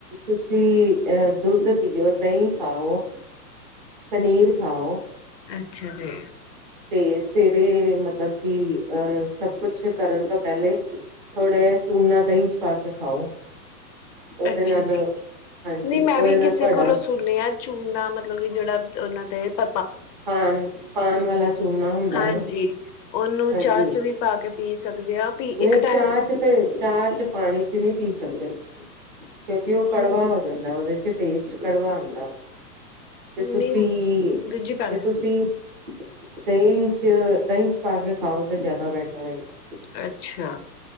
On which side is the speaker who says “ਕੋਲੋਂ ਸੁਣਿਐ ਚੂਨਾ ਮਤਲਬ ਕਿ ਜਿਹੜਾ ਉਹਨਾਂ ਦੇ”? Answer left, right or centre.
Left